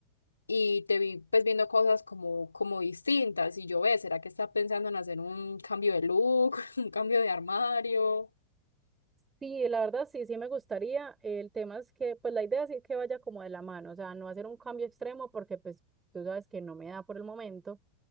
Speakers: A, on the left (about 80°); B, on the right (about 15°).
A: y te vi pues viendo cosas como, como distintas y yo ve, ¿será que está pensando en hacer un cambio de look, <laughs> un cambio de armario?
B: Sí, la verdad sí, sí me gustaría. El tema es que, pues la idea es que vaya como de la mano, o sea, no hacer un cambio extremo porque pues tú sabes que no me da por el momento,